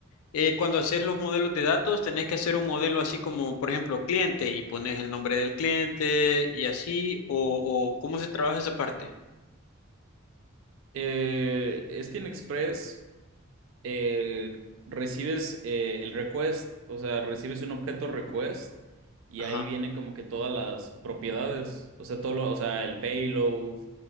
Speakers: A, on the left (about 80°); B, on the right (about 65°).
A: eh, cuando haces los modelos de datos, tenés que hacer un modelo así como, por ejemplo, cliente y pones el nombre del cliente y así, o, o cómo se trabaja esa parte.
B: Eh, es que en Express. eh, recibes eh, el request, o sea, recibes un objeto request y
A: Ajá.
B: ahí viene como que todas las propiedades, o sea, todo lo- o sea, el payload,